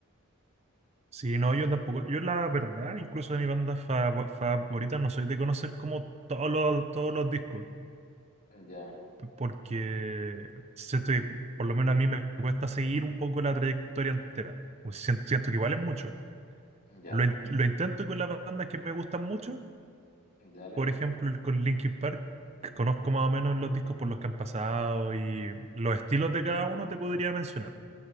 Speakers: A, on the right; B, on the left.
A: Sí, no,
B: No
A: yo
B: sé.
A: tampoco. Yo la verdad, incluso de mi banda fav- favorita, no soy de conocer como todos los, todos los discos.
B: Ya,
A: Porque siento que por lo menos a mí me cuesta seguir un poco la trayectoria entera. Pues sien- Siento, que igual es mucho.
B: ya,
A: Lo, in- lo intento con las bandas que me gustan mucho
B: dale,
A: por ejemplo, el- con Linkin Park, que conozco más o menos los discos por los que han pasado y los estilos de cada uno te podría mencionar.